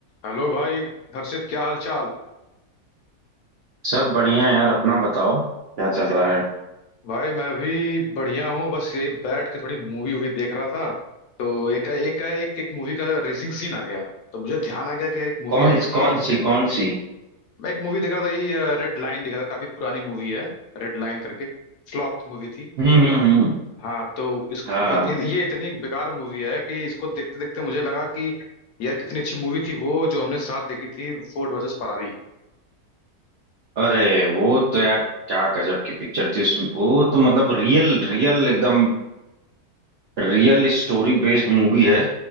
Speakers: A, on the left; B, on the right.
A: Hello भाई हर्षित क्या हाल चाल
B: सब बढ़िया यार अपना बताओ क्या चल रहा है
A: भाई मैं भी बढ़िया हूँ बस यही बैठ के थोड़ी मूवी वूवी देख रहा था तो एक एक एक एक मूवी का रेसिंग सीन आ गया तो मुझे ध्यान आ गया कि यार एक मूवी
B: कौन
A: आई थी
B: कौन सी कौन सी
A: मैं एक मूवी देख रहा था यही रेड लाइन देख रहा था काफी पुरानी मूवी है रेड लाइन करके फ्लॉप मूवी थी
B: हम्म हम्म हम्म
A: हाँ तो इस
B: हाँ
A: इत- ये इतनी बेकार मूवी है कि इसको देखते देखते मुझे लगा कि यार कितनी अच्छी मूवी थी वो जो हमने साथ देखी थी फोर्ड वर्सेस फरारी
B: अरे वो तो यार क्या गजब की पिक्चर थी उसमें वो तो मतलब रियल रियल एकदम रियल स्टोरी बेस्ड मूवी है